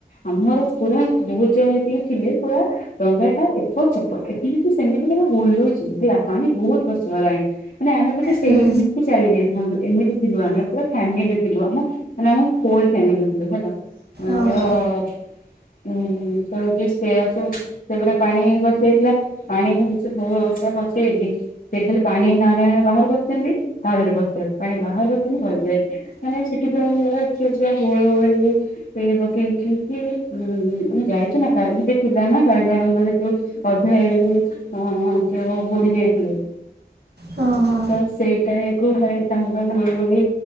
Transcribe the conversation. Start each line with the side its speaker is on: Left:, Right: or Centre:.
Left: ଆମର ପୁରା, ବହୁତ ଜଣ ଯେତିକି ଥିଲେ, ପୁରା ଡଙ୍ଗାଟା ଏପଟ ସେପଟ, ଏମିତି ସେମିତିକିନା ବୁଲୁଛି, ହେଲା ପାଣି ବହୁତ ପଶିଗଲାଣି। ମାନେ ଆମେ ବୋଧେ ସେଇଠି
Right: ହୁଁ
Left: ହିଁ ଥିଲୁ ଚାଲି ଯାଇଥାନ୍ତୁ ଏମିତି ଥିଲୁ ଆମେ ପୁରା ଫ୍ୟାମିଲି ଥିଲୁ ଆମ ମାନେ ମୁଁ <unintelligible> ଫ୍ୟାମିଲିରେ ଥିଲେ ହେଲା <unintelligible>
Right: ଓହୋ
Left: ଉୁଁ <unintelligible> ସେଇଆ ସବୁ ସେଗୁରା ପାଣି ପଶିଯାଇଥିଲା। ପାଣିି <unintelligible> ପକେଇବି ସେ ଖାଲି ପାଣି <unintelligible> ବାହାର କର ସେମତି ତା ଭିତରେ ବସଉଛି, ପାଣି ବାହାରକୁ କେମିତି ବାହାରି ଯାଉଛି? ମାନେ ସେଠି ପୁରା <unintelligible> ହୁଳ ହଳି ସେଇ ପକେଇଛି କି ଉଁ ମୁଁ ଯାଇଛୁ ନା, କାଳିଜାଇ ଥିଲା ନା କାଳିଜାଇମାଙ୍କର। <unintelligible> ଅଧା ଇଏ ରହୁଛି ହଁ ଯୋଉ ବୁଡି ଯାଇଥିଲେ।
Right: ହଁ ହଁ
Left: ତ ସେଇଟାଏ କୁହେ ତାଙ୍କର ମିଳୁନି